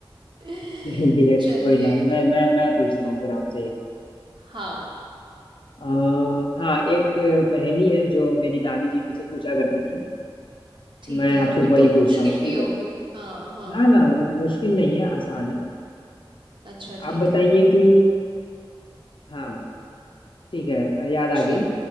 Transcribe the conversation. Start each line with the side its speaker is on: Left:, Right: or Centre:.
Right: <laughs>
Left: चलिए
Right: चलिए
Left: कोई ना मैं मैं मैं पूछता हूँ फिर आपसे एक
Right: हाँ
Left: आ, हाँ एक पहेली है जो मेरी दादी जी मुझसे पूछा करती थी
Right: ठीक
Left: मैं
Right: है
Left: आपसे
Right: फिर
Left: वही
Right: तो मुश्किल
Left: पूछता हूँ
Right: ही
Left: ठीक
Right: होगी
Left: है
Right: हाँ हाँ
Left: ना ना मु- मुश्किल नहीं है आसान है
Right: अच्छा ठीक
Left: आप बताइए
Right: है
Left: कि हाँ ठीक है याद
Right: पूछिए
Left: आ गई